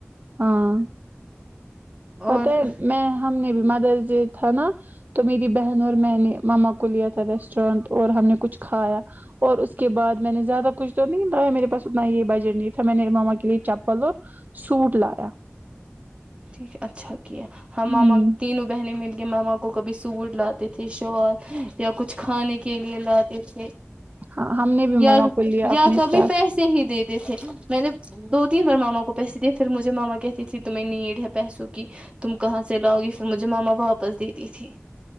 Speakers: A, on the right; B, on the right.
A: ہاں پت
B: اور
A: ہے میں ہم بیما درج تھا نا تو میری بہن اور میں نے ماما کو لیا تھا ریسٹورینٹ اور ہم نے کچھ کھایا اور اس کے بعد میں نے زیادہ کچھ تو نہیں لایا میرے پاس اتنا یہ بجٹ نہیں تھا میں نے ماما کے لیے چپل اور سٹ لایا
B: ٹھیک ہے اچھا کیا
A: ہوں
B: ہ ماما تینوں بہنی مل کہ ماما کو کبھی سوٹ لاتے تھے شال یا کچھ کھانے کے لیے لاتے تھے
A: ہم نے بھی
B: یا
A: ماما کو لیا
B: یا
A: اپنے
B: کبھی
A: ساتھ
B: پیسے ہی دیتے تھے میں نے دو تین بار ماما کو پیسے دیے پ مجھے ماما کہتی تھی تم میں نیٹ پیسوں کی تم کہاں سے لاؤ گی پھر مجھے ماما واپس دیتی تھی